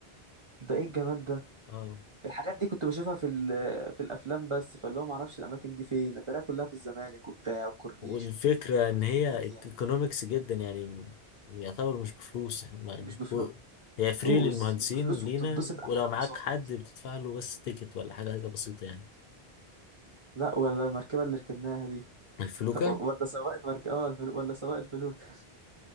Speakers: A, on the right; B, on the left.
A: ده ايه الجمال ده
B: اه
A: الحاجات دي كنت بشوفها في ال- في الافلام بس فاللي هو ما اعرفش الاماكن دي فين اتاريها كلها في الزمالك وبتاع وكورنيش
B: والفكرة إن هي
A: دنيا
B: ايكونومكس جدا يعني يعتبر مش بفلوس هم يعني
A: مش
B: و-
A: بفلوس
B: هي فري للمهندسين
A: مش بفلوس
B: لينا
A: وبتتبسط احلى
B: ولو معاك
A: انبساط
B: حد بتدفع له بس تيكت ولا حاجة حاجة بسيطة يعني
A: لا ولا المركبة اللي ركبناها دي
B: الفلوكة
A: <laughs> ولا سواق المركبة اه الفلو... ولا سواق الفلوك